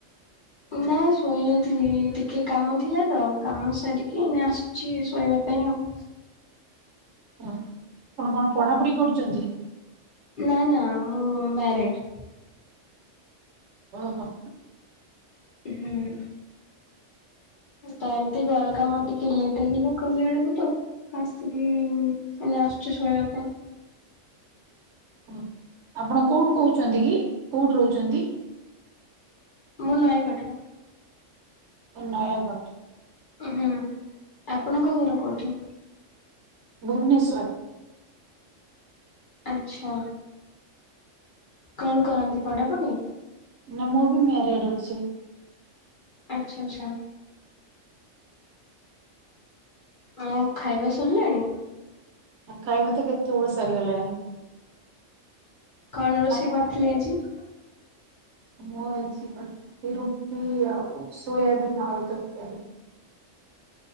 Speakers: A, on the left; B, on the right.
A: ନା ଶୋଇନଥିଲି ଟିକେ କାମ ଥିଲା ତ କାମ ସାରିକି ଏଇନେ ଆସୁଛି ଶୋଇବା ପାଇଁ ଆଉ।
B: ହ ଆପଣ କଣ ପଢାପଢି କରୁଛନ୍ତି?
A: ନା ନା ମୁଁ ମ୍ୟାରେଡ।
B: ଓ ହୋ।
A: ହୁଁ। ତ ଏମତି ଘର କାମ ଟିକେ ଲେଟ୍ ହେଇଗଲା କଲାଏଳୁକୁ ତ ଆସିଲି ଏଇନେ ଆସୁଚି ଶୋଇବା ପାଇଁ।
B: ଓ ଆପଣ କୋଉଠୁ କହୁଛନ୍ତି, କି କୋଉଠି ରହୁଛନ୍ତି?
A: ମୁଁ ନୟାଗଡରେ।
B: ନୟାଗଡ।
A: ହୁଁ ଆପଣଙ୍କ ଘର କୋଉଠି?
B: ଭୁବନେଶ୍ୱର।
A: ଆଚ୍ଛା କଣ କରନ୍ତି ପଢାପଢି?
B: ନା ମୁଁ ବି ମ୍ୟାରେଡ ଅଛି।
A: ଆଚ୍ଛା ଆଚ୍ଛା। ଆଉ ଖାଇବା ସରିଲାଣି?
B: ଖାଇବା ତ କେତେବେଳୁ ସରିଗଲାଣି।
A: କଣ ରୋଷେଇ
B: ଆପଣ
A: କରିଥିଲେ ଆଜି?
B: ମୁଁ ଆଜି ରୁଟି ଆଉ ସୋୟବିନ ଆଳୁ ତରକାରୀ।